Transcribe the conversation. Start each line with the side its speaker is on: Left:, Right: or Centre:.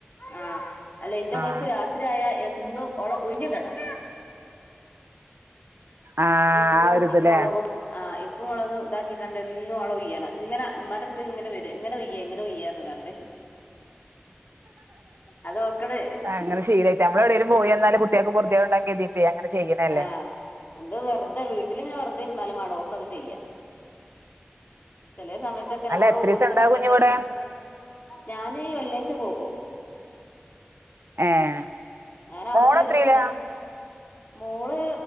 Left: ആ അല്ല എൻ്റെ
Right: ആഹ്
Left: മോൾക്ക് രാത്രിയയാ എന്നും ഓളെ ഉഴിഞ്ഞിടണം
Right: ആഹ്
Left: ഉപ്പും
Right: ആ ഒരിത് ല്ലേ
Left: മൊളകും ആ ഇപ്പുംമുളകും ഇതാക്കി കൊണ്ട് എന്നും അവളെ ഉയ്യണം ഇങ്ങനെ ഉമ്മൻറ്റ് അടുത്ത് ഇങ്ങനെ വരും ഇങ്ങനെഉയ്യ ഇങ്ങനെ ഉയ്യ അത്കണ്ട് അത് ഓക്കട്
Right: അങ്ങനെ ശീലായി നമ്മളെവിടേലും പോയിവന്നാലും കുട്ട്യാക്ക് പൊർത്യേട്ഉണ്ടാകും കേര്ത്തിട്ട് അങ്ങനചെയ്ണല്ലേ
Left: ആ അത് വെറുതെവീട്ടിലിങ്ങനെ വെറുതിരുന്നാലുംമാണോഓക്കത് ചെയ്യ ചെലേസമയത്തൊക്കെ
Right: അല്ല
Left: നമ്മള്ഓത്ണ
Right: എത്രീസം ഇണ്ടാ
Left: സമയത്തൊക്കെ
Right: കുഞ്ഞ് ഇവിടെ
Left: ഞാന് വെള്ളിയാഴ്ച്ച പോകും
Right: ഏഹ്
Left: ഞാന് ഔട്ന്ന
Right: മോളെത്രയിലാ
Left: വരുമ്പോതന്നെ മോള്